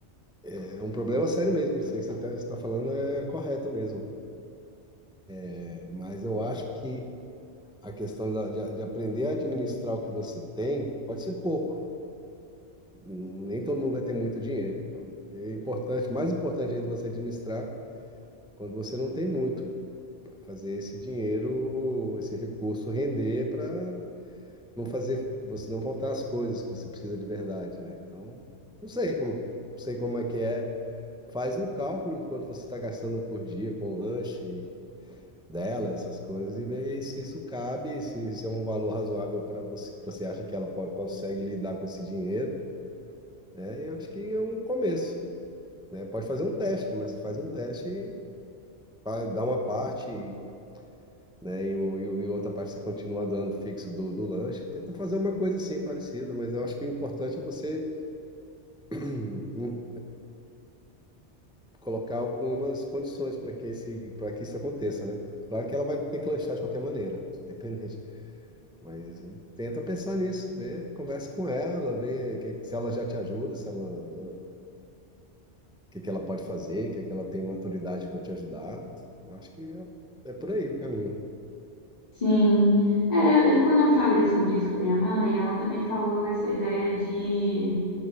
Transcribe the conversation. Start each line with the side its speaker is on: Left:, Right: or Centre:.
Centre: é um problema sério mesmo. Isso aí que você está falando é correto mesmo. É, Mas eu acho que a questão da- de, de aprender a administrar o que você tem pode ser pouco. nem todo mundo vai ter muito dinheiro. Então, é importante, mais importante ainda você administrar quando você não tem muito, para fazer esse dinheiro, esse recurso render para não fazer você não faltar as coisas que você precisa de verdade, né? Então, não sei como, não sei como é que é. Faz um cálculo de quanto você está gastando por dia com lanche dela, essas coisas, e ver se isso cabe, se isso é um valor razoável para você, que você acha que ela pode, consegue lidar com esse dinheiro. É, eu acho que é um começo. né? Pode fazer um teste, começa, faz um teste, fa- dá uma parte, né? E, o- e o- e outra parte você continua dando fixo do, do lanche. Tenta fazer uma coisa assim parecida, mas eu acho que o importante é você hum, em- colocar algumas condições para que esse, para que isso aconteça, né? Claro que ela vai ter que lanchar de qualquer maneira, <laughs> independente. Mas eh, tenta pensar nisso, vê, conversa com ela, vê que- se ela já te ajuda, se ela, o que que ela pode fazer, o que que ela tem maturidade para te ajudar. Eu acho que é, é por aí o caminho.
Left: Sim. É, eu- eu- quando eu falei sobre isso com a minha mãe, ela também falou essa ideia de